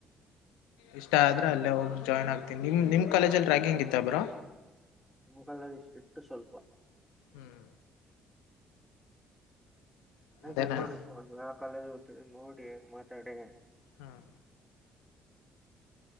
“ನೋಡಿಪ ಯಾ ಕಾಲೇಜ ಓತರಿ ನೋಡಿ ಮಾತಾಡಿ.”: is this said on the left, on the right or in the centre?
Centre